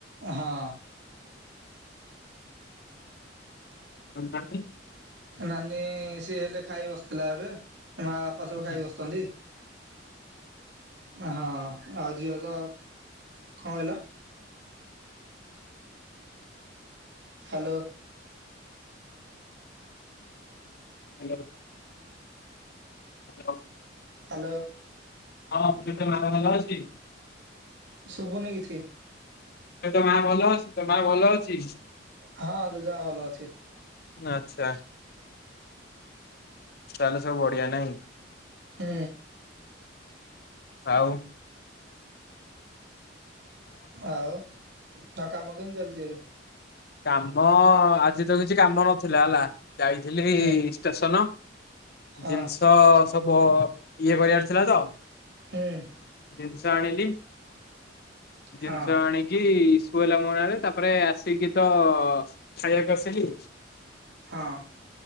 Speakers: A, on the right (about 65°); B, on the left (about 55°).
A: ହଁ
B: <unintelligible>
A: ନାନୀ ସିଏ ହେଲେ ଖାଇ ବସିଥିଲା ଏବେ ମା ବାପା ସବୁ
B: ଅଛି?
A: ଖାଇ ବସିଛନ୍ତି ହଁ ଆଉ ଝିଅ ତ କଣ କହିଲ ହ୍ୟାଲୋ
B: ହ୍ୟାଲୋ ହ୍ୟାଲୋ
A: ହ୍ୟାଲୋ
B: ହଁ ମୁଁ <unintelligible>
A: ଶୁଭୁନି କିଛି
B: ଏ ତୋ ମା ଭଲ ଅଛି ତୋ ମା ଭଲ ଅଛି?
A: ହଁ ଜେଜେମା ଭଲ ଅଛି।
B: ଆଛା ତାହେଲେ ସବୁ ବଢିଆ ନାଇଁ।
A: ହୁଁ
B: ଆଉ
A: ଆଉ ତା କାମ କେମିତି ଚାଲିଛି ଏବେ
B: କାମ ଆଜି ତ କିଛି କାମ ନଥିଲା ହେଲା ଯାଇଥିଲି
A: ହୁଁ
B: ଷ୍ଟେସନ।
A: ହଁ
B: ଜିନିଷ ସବୁ ଇଏ କରିବାର ଥିଲା ତ
A: ହୁଁ
B: ଜିନିଷ ଆଣିଲି
A: ହଁ
B: ଜିନିଷ ଆଣିକି କୁହଲା <unintelligible> ରେ ତାପରେ ଆସିକି ତ ଖାଇବାକୁ ଆସିଲି
A: ହଁ